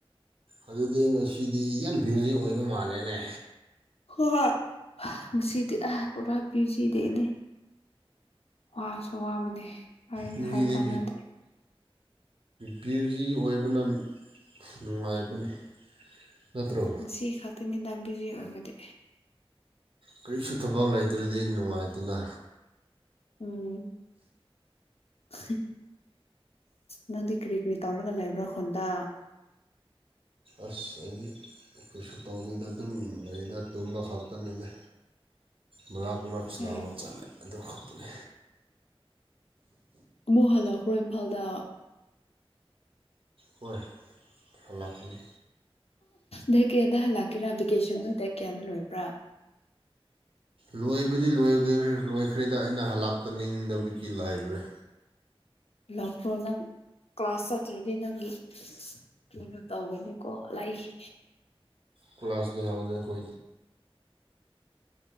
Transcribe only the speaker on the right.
ꯑꯗꯨꯗꯤ ꯉꯁꯤꯗꯤ ꯌꯥꯝ ꯕ꯭ꯌꯨꯖꯤꯛ ꯑꯣꯏꯕ ꯃꯥꯜꯂꯦꯅꯦ
ꯃꯤꯗꯤ
ꯕ꯭ꯌꯨꯖꯤ ꯑꯣꯏꯕꯅ ꯅꯨꯡꯉꯥꯏꯕꯅꯤ ꯅꯠꯇ꯭ꯔꯣ
ꯀꯔꯤꯁꯨ ꯊꯕꯛ ꯂꯩꯇ꯭ꯔꯗꯤ ꯅꯨꯡꯉꯥꯏꯇꯅ
ꯑꯁ ꯑꯩꯗꯤ ꯀꯩꯁꯨ ꯇꯧꯗꯣꯏꯗ ꯑꯗꯨꯝ ꯂꯩꯗ ꯇꯨꯝꯕ ꯈꯛꯇꯅꯤꯗ ꯃꯔꯛ ꯃꯔꯛꯁꯅꯥꯕ
ꯆꯠꯂꯦ ꯑꯗꯨ ꯈꯛꯇꯅꯤ
ꯍꯣꯏ ꯂꯥꯛꯀꯅꯤ
ꯂꯣꯏꯕꯗꯤ ꯂ ꯂꯣꯏꯈ꯭ꯔꯦꯗ ꯑꯩꯅ ꯍꯜꯂꯥꯛꯄꯅꯤꯡꯗꯕꯒꯤ ꯂꯥꯏꯕꯅꯤ
ꯀ꯭ꯂ ꯀ꯭ꯂꯥꯁꯒꯤ ꯍꯥꯎꯗ ꯑꯩꯈ